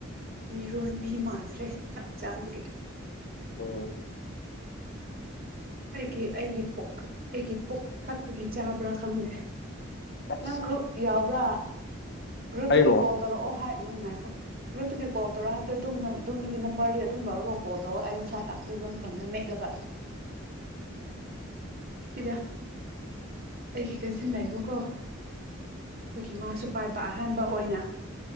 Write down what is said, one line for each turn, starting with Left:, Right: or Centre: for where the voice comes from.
Right: ꯃꯤꯔꯣꯟꯕꯤ ꯃꯥꯟꯈ꯭ꯔꯦ ꯆꯥꯛ ꯆꯥꯕꯒꯤ
Left: ꯎꯝ
Right: ꯑꯩꯒꯤ ꯑꯩꯒꯤ ꯄꯨꯛ ꯑꯩꯒꯤ ꯄꯨꯛ ꯈꯛꯇꯒꯤ ꯆꯥꯕ꯭ꯔꯥ ꯈꯪꯗꯦ
Left: ꯑꯁ
Right: ꯅꯪ ꯒ꯭ꯔꯨꯞ ꯌꯥꯎꯕ꯭ꯔꯥ ꯒ꯭ꯔꯨꯞꯇꯒꯤ
Left: ꯑꯩꯔꯣ
Right: ꯀꯣꯜ ꯇꯧꯔꯛꯑꯣ ꯍꯥꯏ ꯅꯪ ꯉꯥꯏꯈꯣ ꯒ꯭ꯔꯨꯞꯇꯨꯒꯤ ꯀꯣꯜ ꯇꯧꯔꯛꯑꯣ ꯍꯥꯏꯕꯗꯣ ꯑꯗꯨꯝ ꯑꯗꯨꯝꯗꯒꯤ ꯅꯝꯕꯔꯗꯨ ꯑꯗꯨꯝ ꯂꯧꯔꯒ ꯀꯣꯜ ꯇꯧꯋꯣ ꯑꯩꯩꯅ ꯉꯁꯥꯏ ꯇꯥꯛꯄꯤꯕ ꯃꯐꯝꯗ ꯃꯦꯠꯂꯒ ꯐꯤꯗ ꯑꯩꯒꯤ ꯀꯖꯤꯟ ꯂꯥꯛꯏꯕꯀꯣ ꯑꯗꯨꯒꯤ ꯃꯥꯁꯨ ꯄꯥꯏꯕ ꯑꯍꯥꯟꯕ ꯑꯣꯏꯅ